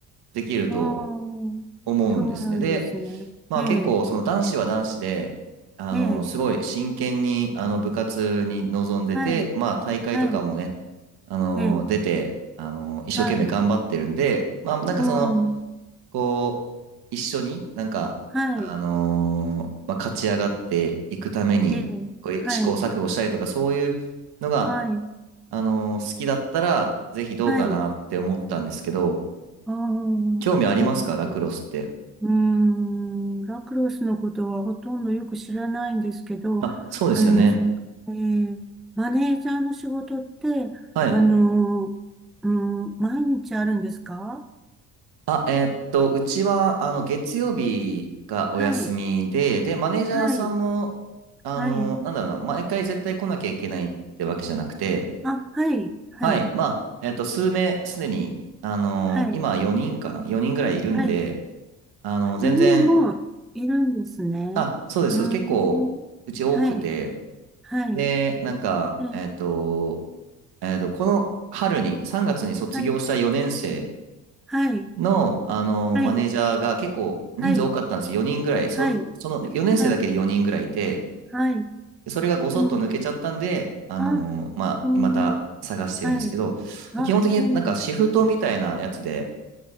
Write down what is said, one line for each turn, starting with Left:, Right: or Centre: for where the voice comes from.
Right: できると、
Centre: ああ、
Right: 思うんですね。
Centre: そうなんですね。
Right: で、まあ結構その男子は男子で、
Centre: ええ、
Right: あの、
Centre: ええ、
Right: すごい真剣にあの部活に臨んでて、
Centre: はい、
Right: まあ大会とかもね、
Centre: はい、
Right: あの、
Centre: ええ、
Right: 出て、あの、一生懸命頑張ってるんで、
Centre: はい、
Right: まあなんかその、
Centre: うん、
Right: こう、一緒になんか、
Centre: はい、
Right: あのまあ、勝ち上がっていくために、
Centre: ええ、
Right: こう試行錯誤したりとか、
Centre: はい、
Right: そういうのが、
Centre: はい、
Right: あの好きだったら、ぜひどうかなって思ったんですけど、
Centre: はい。ああ、
Right: 興味ありますかラクロスって。
Centre: そうですね。うーん、ラクロスのことはほとんどよく知らないんですけど、
Right: まあ、そうですよね。
Centre: あの、その、ええ、マネージャーの仕事って、
Right: はい。
Centre: あの、うん、毎日あるんですか
Right: あ、えーっと、うちは、あの、月曜日がお休みで、
Centre: はい、
Right: で、マネージャーさんも、
Centre: はい、
Right: あの、
Centre: はい。
Right: なんだろうな、毎回絶対来なきゃいけないってわけじゃなくて、
Centre: あ、はい、はい。
Right: はい。まあ、えーっと、数名、すでに、あの、
Centre: はい、
Right: 今4人かな ?4 人ぐらいいるんで、
Centre: はい。
Right: あの、全然、
Centre: 4人もいるんですね。
Right: あ、そうです、
Centre: うーん。
Right: そうです。結構、うち多くて、
Centre: はい、はい。
Right: で、なんか、
Centre: え、
Right: えーっと、えーっと、この春に、3月に卒業した4年生、
Centre: はい、はい、
Right: の、あの、
Centre: はい、
Right: マネージャーが結構人数多かったんですよ。
Centre: はい、
Right: 4人ぐらい。
Centre: はい、
Right: そ、その4年生だけで4人ぐらいいて、
Centre: はい、はい。
Right: でそれがごそっと抜けちゃったんで、
Centre: うん。
Right: あのーまあ、
Centre: あ、うん。
Right: また探してるんですけど、
Centre: はい。あ、
Right: 基本的になんかシフトみたいなやつで、
Centre: そうなんですね。